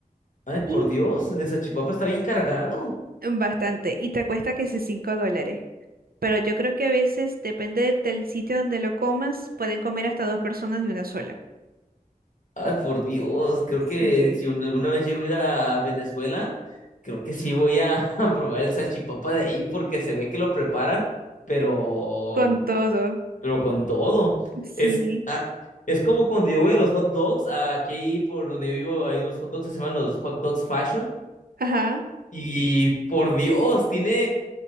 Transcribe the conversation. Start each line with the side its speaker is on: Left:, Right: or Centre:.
Left: Ay, por
Right: Y
Left: Dios, el salchipapa está bien cargado.
Right: bastante, y te cuesta que si 5 dólares. pero yo creo que a veces, depende del del sitio donde lo comas, pueden comer hasta dos personas de una sola.
Left: Ay, por Dios, creo
Right: Sí,
Left: que si un- alguna vez llego a ir a Venezuela, creo que sí voy a, <laughs> a probar el salchipapa de ahí porque se ve que lo preparan, pero,
Right: eh, con todo,
Left: pero con todo.
Right: sí,
Left: Es, ah, es como cuando yo voy a los hot dogs, aquí por donde yo vivo hay unos hot dogs que se llaman los hot dogs fashion
Right: ajá.
Left: y por Dios, tiene,